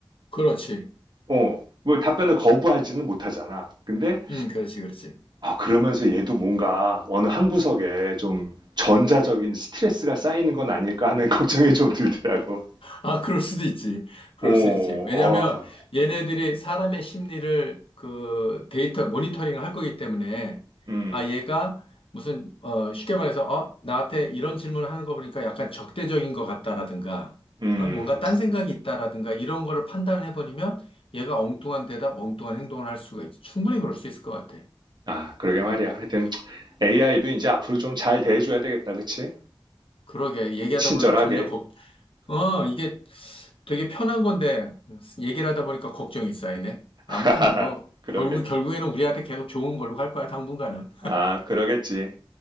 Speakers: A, on the left; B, on the right.
A: 그렇지.
B: 어, 뭐 답변을 거부하지는 못하잖아. 근데
A: 음, 그렇지, 그렇지.
B: 아, 그러면서 얘도 뭔가 어느 한 구석에 좀 전자적인 스트레스가 쌓이는 건 아닐까 하는 <laughs> 걱정이 좀 들더라고.
A: 아, 그럴 수도 있지. 그럴
B: 오,
A: 수 있지. 왜냐면
B: 어,
A: 얘네들이 사람의 심리를 그 데이터 모니터링을 할 거기 때문에
B: 음,
A: 아, 얘가 무슨 어, 쉽게 말해서 어, 나한테 이런 질문을 하는 거 보니까 약간 적대적인 것 같다라든가
B: 음.
A: 아, 뭔가 딴 생각이 있다라든가 이런 거를 판단을 해버리면 얘가 엉뚱한 대답, 엉뚱한 행동을 할 수가 있지. 충분히 그럴 수 있을 것 같아.
B: 아, 그러게
A: 아유,
B: 말이야. 하여튼
A: 예.
B: AI도 이제 앞으로 좀 잘 대해줘야 되겠다, 그치?
A: 그러게. 얘기하다
B: 친절하게.
A: 보니까 점점 걱정 어, 이게 되게 편한 건데, 얘기를 하다 보니까 걱정이 쌓이네.
B: <laughs>
A: 아무튼 뭐,
B: 그러게.
A: 결국, 결국에는 우리한테 계속 좋은 걸로 갈 거야, 당분간은.
B: 아, 그러겠지.